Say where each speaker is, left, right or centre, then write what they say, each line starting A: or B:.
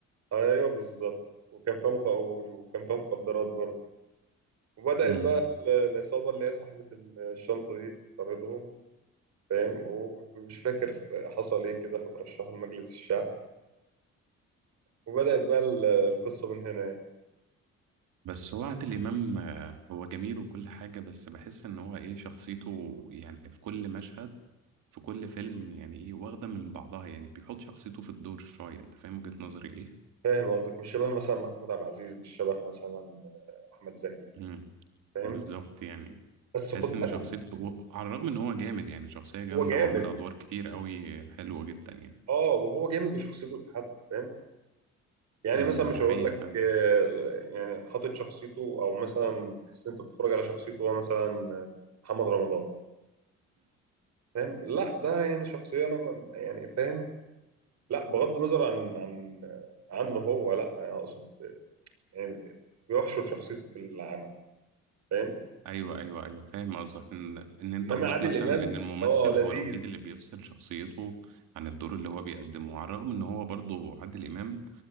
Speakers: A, on the right; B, on the right.
A: آه، ايوه بالظبط وكان فيها مخ... وكان فيها مخدرات برضه وبدأت
B: مم.
A: بقى ال- العصابة اللي هي صاحبة الشنطة دي تطاردهم فاهم ومش فاكر حصل ايه كده فترشحوا لمجلس الشعب وبدأت بقى ال- القصة من هنا يعني.
B: بس هو عادل إمام آه، هو جميل وكل حاجة بس بحس إن هو إيه شخصيته يعني في كل مشهد في كل فيلم يعني إيه واخدة من بعضها يعني بيحط شخصيته في الدور شوية أنت فاهم وجهة نظري إيه؟
A: فاهم قصدك مش شبه مثلا محمود عبد العزيز مش شبه مثلا أحمد زكي
B: امم
A: فاهم
B: بالظبط يعني
A: بس
B: تحس
A: خد
B: إن
A: بالك
B: شخصيته هو- على الرغم إن هو جامد يعني شخصية جامدة
A: هو جامد
B: وعمل أدوار كتير قوي حلوة جدا يعني
A: اه وهو جامد وشخصيته اتحب فاهم يعني
B: امم
A: مثلا مش
B: ده
A: هقول
B: حقيقة
A: لك
B: فعلا
A: آه، يعني حاطط شخصيته او مثلا تحس إن انت بتتفرج على شخصيته هو مثلا آه، محمد رمضان فاهم لا ده يعني شخصيه انا ما- يعني فاهم لا بغض النظر عن عن آه، عنه هو لا انا اقصد يعني بيحشر شخصيته في العمل فاهم
B: ايوه ايوه ايوه فاهم قصدك ان ان انت
A: انما
B: قصدك
A: عادل
B: مثلا
A: امام
B: ان الممثل
A: اه لذيذ
B: هو الوحيد اللي بيفصل شخصيته عن الدور اللي هو بيقدمه على الرغم ان هو برضو عادل امام